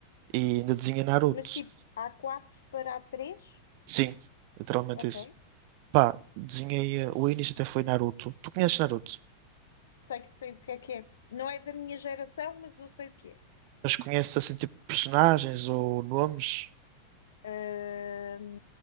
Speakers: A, on the right; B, on the left.
A: E ainda desenhei Naruto.
B: Mas tipo, a quatro para a três?
A: Sim, literalmente
B: Ok.
A: isso. Pá, desenhei. eh, O início até foi Naruto. Tu conheces Naruto?
B: Sei que sei o que é que é. Não é da minha geração, mas eu sei o que
A: Mas conheces assim tipo personagens ou nomes?
B: é. Ah,